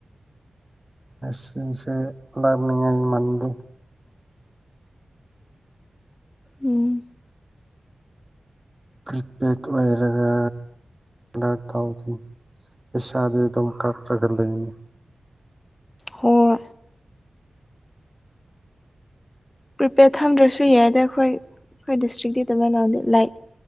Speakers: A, on the right; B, on the left.
A: ꯁꯁꯨ ꯂꯔꯅꯤꯡ ꯃꯗ
B: ꯎꯝ
A: ꯄ꯭ꯔꯤꯄꯦꯗ ꯑꯣꯏꯔꯒ ꯑꯣ ꯇꯧꯗꯦ ꯄꯁꯥꯗꯗꯝ ꯀꯥꯠ꯭ꯔꯒ ꯂꯩꯣꯏꯅꯤ
B: ꯍꯣꯏ ꯄ꯭ꯔꯤꯄꯦꯗ ꯊꯝꯗ꯭ꯔꯁꯨ ꯌꯥꯏ ꯑꯗ ꯑꯩꯈꯣꯏ ꯑꯩꯈꯣꯏ ꯗꯤꯁꯇ꯭ꯔꯤꯛꯇꯤ ꯑꯗꯨꯃꯥꯏꯅꯗꯤ ꯂꯥꯏꯛ